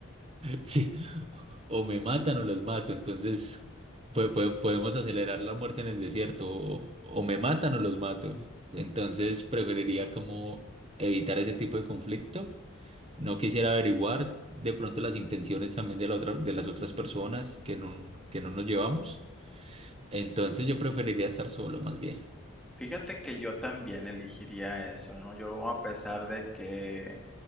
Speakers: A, on the right; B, in the centre.
A: Sí, o me matan o los mato. Entonces pue- pue- podemos acelerar la muerte en el desierto. O, o me matan o los mato. Entonces preferiría como evitar ese tipo de conflicto. No quisiera averiguar de pronto las intenciones también de la otra, de las otras personas que no, que no nos llevamos. Entonces yo preferiría estar solo más bien.
B: Fíjate que yo también elegiría eso, ¿no? Yo a pesar de que,